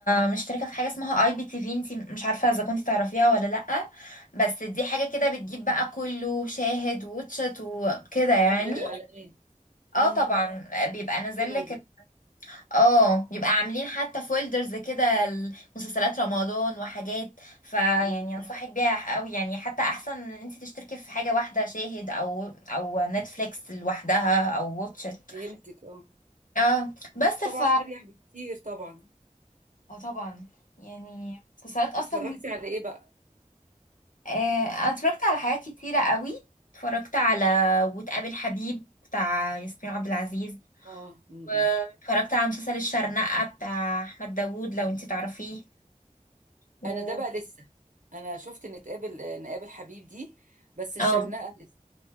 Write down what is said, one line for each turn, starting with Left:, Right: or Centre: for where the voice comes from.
Left: م- مشتركة في حاجة اسمها اي بي تي في انتي مش عارفة إذا كنتي تعرفيها ولا لأ بس دي حاجة كده بتجيب بقى كله شاهد واتشت وكده يعني
Right: من غير اعلانات
Left: اه
Right: امم
Left: طبعا بيبقى نازل
Right: حلوة
Left: لك
Right: دي
Left: اه بيبقى عاملين حتى فولدرز كده مسلسلات رمضان وحاجات فيعني
Right: امم
Left: انصحك بيها قوي يعني حتى احسن من ان انت تشتركي في حاجة واحدة شاهد او او نتفليكس لوحدها او واتشت
Right: فهمتك اه
Left: اه بس ف
Right: طبعا اريح بكتير طبعا
Left: اه طبعا يعني مسلسلات اصلا
Right: اتفرجتي
Left: بت-
Right: على ايه بقى
Left: آه انا اتفرجت على حاجات كتيرة قوي اتفرجت على وتقابل حبيب بتاع ياسمين عبد العزيز
Right: اه مم.
Left: واتفرجت على مسلسل الشرنقة بتاع احمد داوود لو انتي تعرفيه و-
Right: انا ده بقى لسه انا شفت ان تقابل آه، نقابل حبيب دي بس الشرنقه
Left: اه
Right: لسه